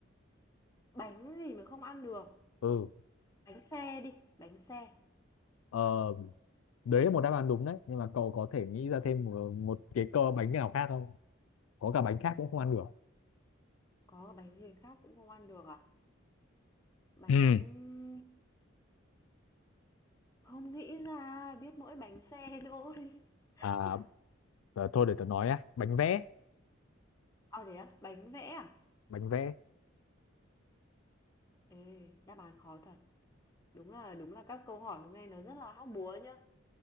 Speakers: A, on the left; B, on the left.
A: Bánh gì mà không ăn được?
B: Ừ.
A: Bánh xe đi, bánh xe.
B: Ờ, đấy là một đáp án đúng đấy, nhưng mà cậu có thể nghĩ ra thêm một, một cái cơ bánh nào khác không? Có cả bánh khác cũng không ăn được.
A: Có bánh gì khác cũng không ăn được à? Bánh
B: Ừ,
A: Không nghĩ ra, biết mỗi bánh xe thôi.
B: À,
A: <laughs>
B: ờ, thôi để tớ nói á, bánh vẽ,
A: À, thế á? Bánh vẽ à?
B: bánh vẽ.
A: Ê, đáp án khó thật. Đúng là đúng là các câu hỏi hôm nay nó rất là hóc búa nhá.